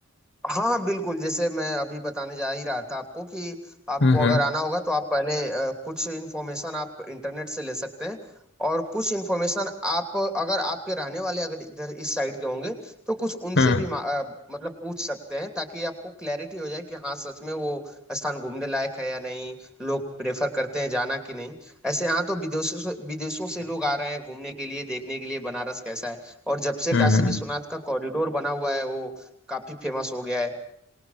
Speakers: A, in the centre; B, on the left.
A: हाँ हाँ बिल्कुल जैसे मैं अभी बताने जा ही रहा था आपको कि आपको
B: हम्म हम्म
A: अगर आना होगा तो आप पहले अ, कुछ इन्फॉर्मेशन आप इंटरनेट से ले सकते हैं और कुछ इन्फॉर्मेशन आप अगर आपके रहने वाले अगर इधर इस साइड के होंगे तो कुछ उनसे
B: हम्म
A: भी मा- अ, मतलब पूछ सकते हैं ताकि आपको क्लैरिटी हो जाए कि हाँ सच में वो स्थान घूमने लायक है या नहीं लोग प्रेफर करते हैं जाना कि नहीं ऐसे यहाँ तो विदेशों से विदेशों से लोग आ रहे हैं घूमने के लिए, देखने के लिए बनारस कैसा है। और जब से
B: हम्म
A: काशी
B: हम्म।
A: विश्वनाथ का कॉरिडोर बना हुआ है, वो काफी फेमस हो गया है